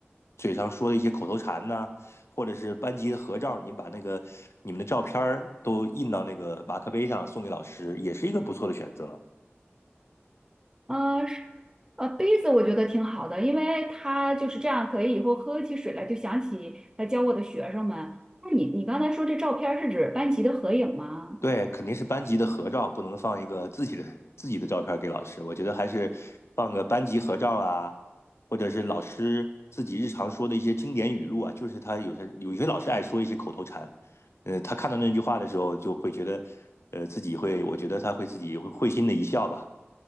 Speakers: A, on the left; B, on the right.
A: 嘴上说的一些口头禅呐、或者是班级合照，你把那个你们的照片儿都印到那个马克杯上送给老师，也是一个不错的选择。
B: 呃，是呃，杯子我觉得挺好的，因为它就是这样，可以以后喝起水来就想起来教我的学生们。那你你刚才说这照片儿是指班级的合影吗？
A: 对，肯定是班级的合照，不能放一个自己的自己的照片给老师。我觉得还是放个班级合照啊，或者是老师自己日常说的一些经典语录啊。就是他有些有些老师爱说一些口头禅，呃，他看到那句话的时候，就会觉得，呃，自己会，我觉得他会自己会会心的一笑吧。